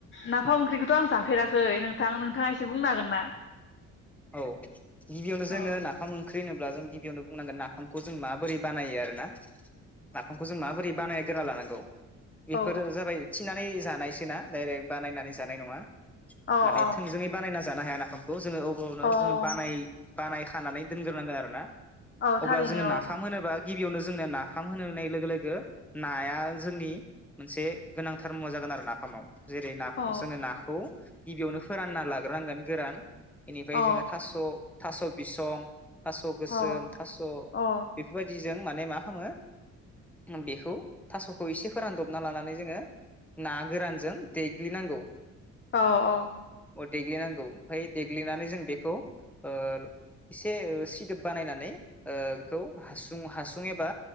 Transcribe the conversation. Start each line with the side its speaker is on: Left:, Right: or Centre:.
Left: नाफाम ओंख्रिखौ थ' आं जाफेराखै नोंथां नोंथाङा एसे बुंनो हागोन ना?
Centre: औ गिबियावनो
Left: अ
Centre: जोंङो नाफाम ओंख्रि ख्रि होनोब्ला जों गिबियावनो बुंनांगोन नाफामखौ जों माबोरै बानायो आर ना नाफामखौ जों माबोरै बानाय गोना लानांगौ। बेफोरो
Left: औ
Centre: जाबाय थिना नै जानायसो ना डायरेक्ट बा नायनानै जानाय नङा
Left: अ
Centre: माने
Left: अ
Centre: थोंजोङै बानायना‌ जानो हाया नाफामखौ जोङो औ बवनो
Left: अ
Centre: जोङो बानाय बानाय खानानै दोनग्रोनांगोन आरो ना
Left: औ
Centre: अब्ला
Left: थारैनो
Centre: जोङो नाफाम होनोबा गिबियावनो जोंनो नाफाम होनो नाय लोगो लोगो नाया जोंनि मोनसे गोनांथार मुवा जागोन आरो नाफामाव। जेरै नाखौ
Left: औ
Centre: जोङो नाखौ गिबियावनो फोरानना लाग्रोनांगोन गोरान बेनिफाय
Left: औ
Centre: जोङो थास'‌ थास' बिसं थास' गोसोम
Left: अ
Centre: थास'
Left: अ
Centre: बेफोरबायदि जों माने मा खालामो बेखौ थासखौ एसे फोरानदबना लानानै जोङो ना गोरानजों देग्लिनांगौ।
Left: अ अ
Centre: अ देग्लिनांगौ ओमफाय देग‌ ग्लिनानै जों बेखौ ओ एसे सिदोब बानायनानै ओ खौ हासुं-हास सुं एबा